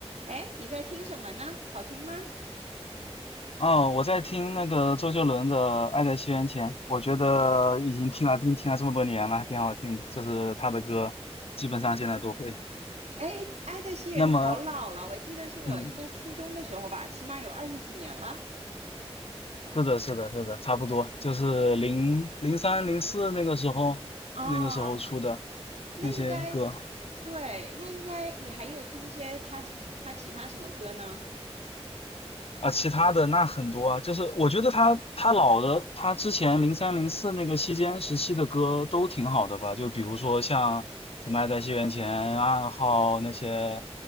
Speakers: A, on the right; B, on the left.
A: 哎，你在听什么呢？好听吗？
B: 哦，我在听那个周杰伦的《爱在西元前》，我觉得已经听了听听了这么多年了，还挺好听的。就是他的歌，基本上现在都会。
A: 哎，《爱在西元前好老了，
B: 那么，
A: 我记得是我应该初中的时候吧，
B: 嗯，
A: 起码有二十几年了
B: 是的，是的，是的，差不多，就是零零三零四那个时候，
A: 啊。
B: 那个时候出的
A: 那应该，
B: 那些歌。
A: 对，那应该你还有听一些他他其他什么歌呢？
B: 啊，其他的那很多啊，就是我觉得他他老的，他之前零三零四那个期间时期的歌都挺好的吧，就比如说像什么《爱在西元前》暗号那些，